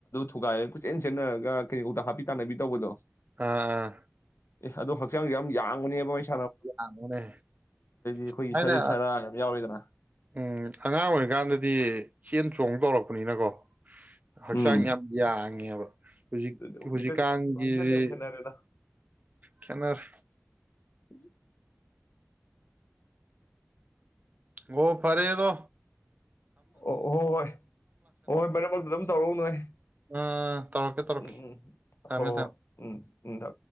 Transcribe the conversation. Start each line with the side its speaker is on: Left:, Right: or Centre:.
Left: ꯊꯨꯒꯥꯏꯔꯒ ꯈꯨꯠꯆꯦꯟ ꯁꯦꯟꯅꯔꯒ ꯀꯩꯒꯧꯇ ꯍꯥꯞꯄꯤ ꯇꯥꯟꯅꯕꯤ ꯇꯧꯕꯗꯣ
Right: ꯑꯥ ꯑꯥ
Left: ꯑꯦ ꯑꯗꯨ ꯍꯛꯆꯥꯡꯁꯦ ꯌꯥꯝ ꯌꯥꯡꯕꯅꯦꯕ ꯑꯩ
Right: ꯌꯥꯝꯅꯅꯦ
Left: ꯑꯩꯈꯣꯏꯒꯤ
Right: ꯁꯃꯥꯏꯅ
Left: ꯁꯔꯤꯠ ꯁꯔꯥ ꯌꯥꯝ ꯌꯥꯎꯋꯤꯗꯅ
Right: ꯎꯝ ꯑꯉꯥꯡ ꯑꯣꯏꯔꯤꯀꯥꯟꯗꯗꯤ ꯆꯦꯟ ꯆꯣꯡ ꯇꯧꯔꯛꯄꯅꯤꯅꯀꯣ ꯍꯛꯆꯥꯡ
Left: ꯎꯝ
Right: ꯌꯥꯝ ꯌꯥꯥꯡꯉꯦꯕ ꯍꯧꯖꯤꯛ
Left: ꯑꯗꯨꯗꯤ ꯍꯧꯖꯤꯛꯀꯗꯤ
Right: ꯍꯧꯖꯤꯛꯀꯥꯟꯒꯤꯗꯤ
Left: ꯍꯧꯖꯤꯛꯀꯗꯤ ꯌꯥꯝ ꯈꯦꯠꯅꯔꯦꯗ
Right: ꯈꯦꯅꯔꯦ
Left: ꯎꯝ
Right: ꯑꯣ ꯐꯔꯦꯗꯣ
Left: ꯑꯣ ꯑꯣ ꯍꯣꯏ ꯑꯣ ꯍꯣꯏ ꯃꯅꯦ ꯄ ꯇꯧꯔꯣ ꯅꯣꯏꯦ
Right: ꯑꯥ ꯇꯧꯔꯛꯀꯦ ꯇꯧꯔꯛꯀꯦ
Left: ꯎꯝ
Right: ꯊꯝꯃꯦ
Left: ꯍ
Right: ꯊꯝꯃꯦ
Left: ꯎꯝ ꯎꯗꯥ